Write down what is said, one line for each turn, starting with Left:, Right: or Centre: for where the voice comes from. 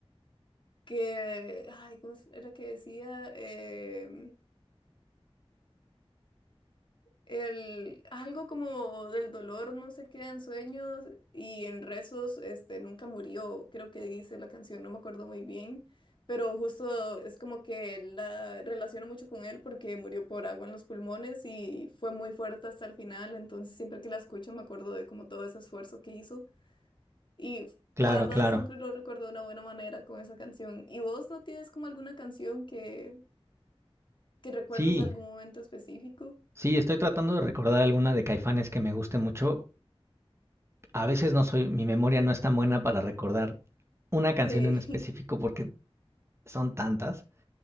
Left: que, ay, ¿cómo era que decía? em, El, algo como del dolor no se queda en sueños y en rezos, este, nunca murió, creo que dice la canción, no me acuerdo muy bien, pero justo es como que la relaciono mucho con él porque murió por agua en los pulmones y fue muy fuerte hasta el final, entonces siempre que la escucho me acuerdo de como todo ese esfuerzo que hizo y
Right: Claro,
Left: la verdad
Right: claro.
Left: siempre lo recuerdo de una buena manera con esa canción. ¿Y vos no tienes como alguna canción que, que recuerdes
Right: Sí,
Left: de algún momento específico?
Right: sí, estoy tratando de recordar alguna de Caifanes que me guste mucho. A veces no soy, mi memoria no es tan buena para recordar una canción
Left: Sí,
Right: en específico
Left: <laughs>
Right: porque son tantas,